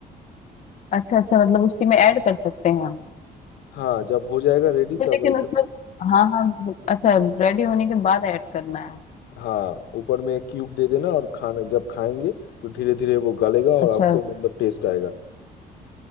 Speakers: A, on the left (about 45°); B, on the left (about 85°).
A: अच्छा अच्छा मतलब उसी में ऐड कर सकते हैं हम
B: हाँ जब हो जाएगा रेडी
A: तो लेकिन
B: तब एकदम
A: उसमें तो हाँ हाँ बिल- अच्छा रेडी होने के बाद ऐड करना है
B: हाँ ऊपर में क्यूब दे देना और खाना जब खाएंगे तो धीरे धीरे वो गलेगा और
A: अच्छा
B: आपको मतलब टेस्ट आएगा